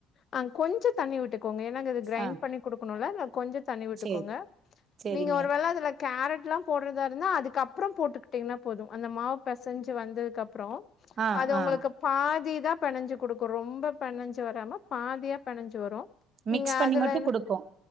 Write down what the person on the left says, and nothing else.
ஆ கொஞ்ச தண்ணி விட்டுக்கோங்க ஏன்னா இங்க இது கிரைண்ட்
பண்ணி குடுக்கணும்ல அதா கொஞ்சம் தண்ணி விட்டுக்கோங்க
நீங்க ஒரு வேள அதுல கேரட்ல்லா போடுறதா இருந்தா அதுக்கப்புறம் போட்டுக்கிட்டீங்கன்னா போதும் அந்த மாவு பெசைஞ்சு வந்ததுக்குப்புறம்
அது உங்களுக்கு
பாதி தான் பெணைஞ்சு குடுக்கும் ரொம்ப பெனஞ்சு வராம பாதியா பெனஞ்சு வரும்
நீங்க
அதுல